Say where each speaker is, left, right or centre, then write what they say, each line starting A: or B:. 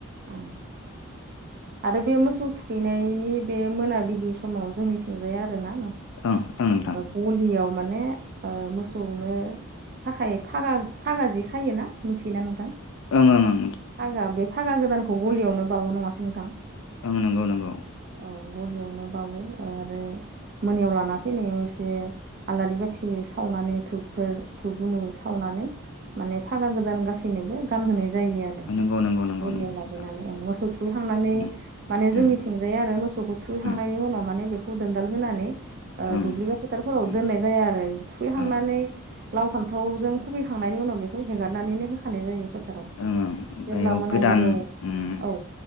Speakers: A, on the right; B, on the left.
A: ओं। आरो बे मोसौ थुखैनायनि बे मोनाबिलि समाव जोंनिथिंजाय आरोना
B: ओ ओ नोंथां।
A: गलियाव माने ओ मोसौनो थाखाय फागा फागा जि खायोना मिथियोना नोंथां?
B: ओं ओं। ओं
A: फागा बे फागा गोदानखौ गलियावनो बावो नङासै नोंथां?
B: ओं नंगौ नंगौ।
A: औ गलियावनो बावो आरो मोनायाव लाना फैनायाव एसे आलारि बाथि सावनानै धुपफोर धुप गुनु सावनानै माने फागा गोदान गासैनोबो गानहोनाय जायो आरो।
B: नंगौ नंगौ नंगौ
A: गलियाव
B: नंगौ नोंथां
A: लाबोनानै ओं मोसौ थुहैखांनानै
B: उम
A: माने जोंनिथिंजाय
B: उम
A: आरो मोसौखौ थुहैखांनायनि
B: उम ओं
A: उनाव माने बेखौ दोनदाल होनानै ओ
B: उम
A: दुब्लि बा फोथारफोराव
B: ओं
A: दोननाय जायो आरो थुखैहांनानै
B: ओं
A: लाव फान्थावजों खुबैखांनायनि उनाव बे खौ हेगारनानैनो होखानाय जायो फोथाराव।
B: ओं ओमफ्राय
A: जेब्ला
B: इयाव
A: मोनाबिलियाव
B: गोदान उम
A: औ